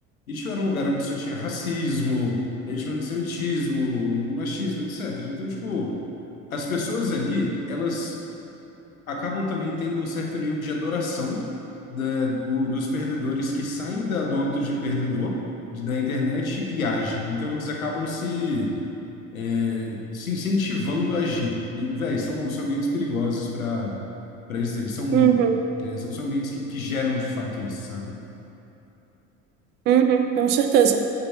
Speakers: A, on the left; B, on the right.
A: e tipo, era um lugar onde só tinha racismo, né, tinha antissemitismo, machismo, etc. Então, tipo, as pessoas ali, elas acabam também tendo um certo nível de adoração da- do- dos perdedores que saem da- do âmbito de perdedor de- da internet e agem. Então, eles acabam se, é, se incentivando a agir. E, velho, são, são ambientes perigosos para para isso aí. São,
B: Uhum,
A: é, são ambientes que, que geram de fato isso, sabe?
B: uhum, com certeza.